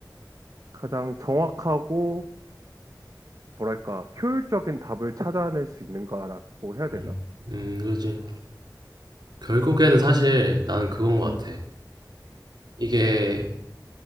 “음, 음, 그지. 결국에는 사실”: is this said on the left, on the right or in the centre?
Right